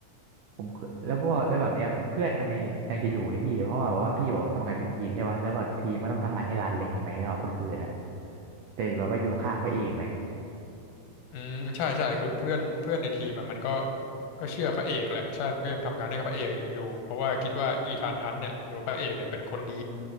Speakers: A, on the right; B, on the left.
A: ผมเคยแล้วพวกแล้วแบบเนี้ยเพื่อนมันยังยังจะอยู่ไหมพี่เพราะว่าแบบว่าพี่บอกทำงานเป็นทีมใช่ป่ะแล้วแบบทีมมันต้องทำงานให้รัฐอะไรอย่างงี้ไหมแล้วแบบคนอื่นอ่ะจะแบบว่าอยู่ข้างพระเอกไหม
B: อืมใช่ใช่คือเพื่อนเพื่อนในทีมอ่ะมันก็ก็เชื่อพระเอกแหละใช่มันก็ยังทำงานให้กับพระเอกอยู่เพราะว่าคิดว่าอีธานฮันต์เนี่ยหรือว่าพระเอกเนี่ยเป็นคนดี